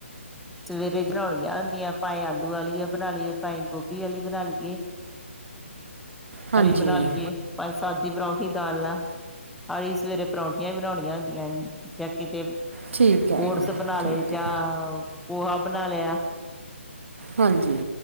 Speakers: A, in the centre; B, on the right.
A: ਸਵੇਰੇ ਬਣਾਓਣੀਆਂ ਹੁੰਦੀਆਂ ਭਾਂਏ ਆਲੂ ਵਾਲੀਆ ਬਣਾ ਲੀਏ ਭਾਂਏ ਗੋਭ ਭੀ ਅਲੀ ਬਣਾ ਲਈਏ,
B: ਹਾਂਜੀ
A: ਵਾਲੀ ਬਣਾ ਲਈਏ। ਪਾਏ ਸਾਦੀ ਪਰੌਂਠੀ ਦਾਲ ਨਾਲ, ਅਹੀ ਸਵੇਰੇ ਪਰੌਂਠੀਆਂ ਵੀ ਬਣੋਣੀਆਂ ਹੁੰਦੀਐ, ਜਾਂ ਕਿਤੇ
B: ਠੀਕ ਹੈ
A: ਓਟਸ
B: ਜੀ
A: ਬਣਾ ਲਏ
B: ਠੀਕ
A: ਜਾਂ
B: ਹੈ।
A: ਪੋਹਾ ਬਨਾ ਲਿਆ।
B: ਹਾਂਜੀ।